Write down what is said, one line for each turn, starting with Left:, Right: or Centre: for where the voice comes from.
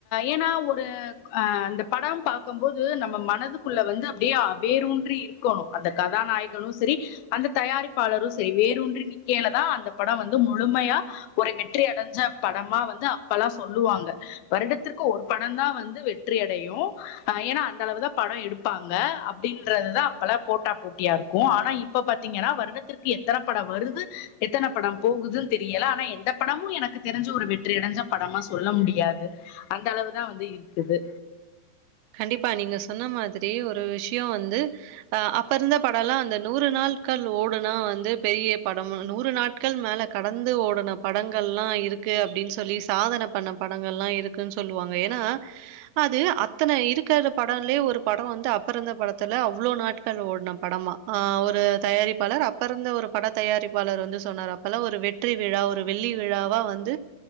Left: ஏனா ஒரு அ அந்த படம் பாக்கம்போது நம்ம மனது குள்ள வந்து அப்படியா வேரூன்றி இருக்காணு அந்த கதாநாயகனு சேரி அந்த தயாரிப்பாளரு சே வேரூன்றி நிக்கையிலதா அந்த படொ வந்து முழுமையா ஒரு வெற்றி அடைஞ்ச படமா வந்து அப்பல்லா சொல்லுவாங்க வருடத்திற்கு ஒரு படொந்தா வந்து வெற்றி அடையு அ ஏனா அந்த அளவுதா படொ எடுப் பாங்க அப்டின்றதுதா அப்பலா போட்டா போட்டியாருக்கு ஆனா இப்ப பாத்திங்கனா வருடத்திற்கு எத்தன படொ வருது எத்தன படம் போகுதுன்னு தெரியல ஆனா எந்த படமு எனக்கு தெரிஞ்சி ஒரு வெற்றி அடஞ்ச படமா சொல்ல முடியாது அந்த அளவுதா வந்து இருக்குது
Right: கண்டிப்பா நீங்க சொன்ன மாதிரி ஒரு விஷயொ வந்து அஹ் அப்ப இருந்த படொல்லா அந்த நூறு நாள்கள் ஓடுனா வந்து பெரிய படம் நூறு நாட்கள் மேல கடந்து ஓடுன படங்கள்லா இருக்கு அப்டின் சொல்லி சாதன பண்ண படங்கள்லா இருக்குன் சொல்லுவாங்க ஏனா அது அத் தன இருக்காற படொல்லயே ஒரு படொ வந்து அப்ப இருந்த படத்துல அவ்வளவு நாட்கள் ஓட்ன படமா ஆஹ் ஒரு தயாரிப்பாளர் அப்ப இருந்த ஒரு பட தயாரிப்பாளர் வந்து சொன்னார் அப்பலா ஒரு வெற்றி விழா ஒரு வெள்ளி விழாவா வந்து